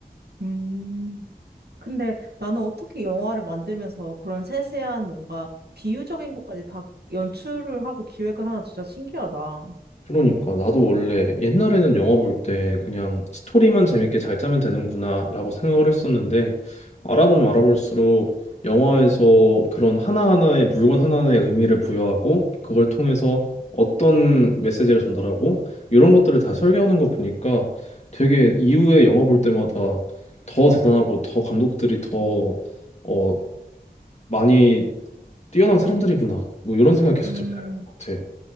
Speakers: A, on the right; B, on the left.
A: 음, 근데 나는 어떻게 영화를 만들면서 그런 세세한 뭔가 비유적인 것까지 다 연출을 하고 기획을 하나 진짜 신기하다.
B: 그러니까 나도 원래 옛날에는 영화 볼 때 그냥 스토리만 재밌게 잘 짜면 되는구나라고 생각을 했었는데 알아보면 알아볼수록 영화에서 그런 하나하나의 물건 하나하나의 의미를 부여하고 그걸 통해서 어떤 메시지를 전달하고 이런 것들을 다 설계하는 거 보니까 되게 이후에 영화 볼 때마다 더 대단하고 더 감독들이 더 어, 많이 뛰어난 사람들이구나 뭐 이런 생각 계속
A: 음.
B: 들것 같아.